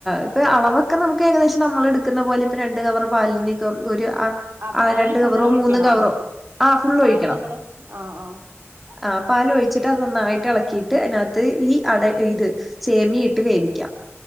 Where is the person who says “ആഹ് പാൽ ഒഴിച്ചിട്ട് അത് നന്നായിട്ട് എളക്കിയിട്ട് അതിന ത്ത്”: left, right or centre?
Centre